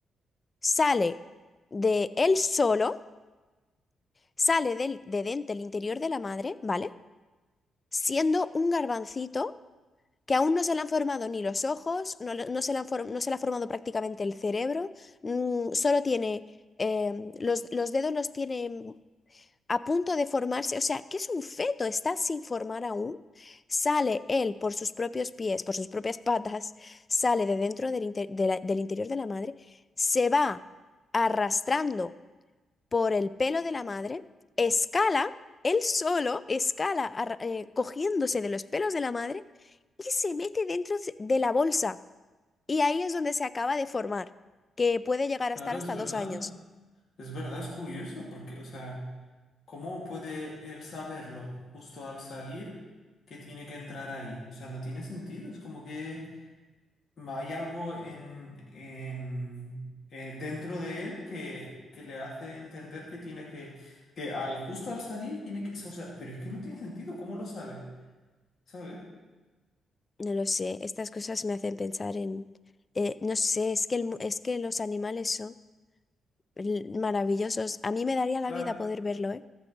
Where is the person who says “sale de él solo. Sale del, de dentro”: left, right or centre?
Left